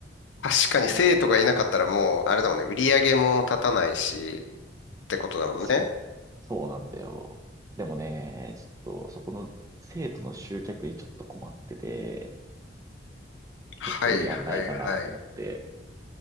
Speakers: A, on the left; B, on the right.
A: 確かに生徒がいなかったらもう、
B: ちょっとね、
A: あれだもんね。売り上げも立たないし、ってことだもんね。
B: そう、そうなんだよ。でもね、ちょっとそこの生徒の集客にちょっと困ってて、
A: はいはいはい。
B: ちょっといい案ないかなと思って。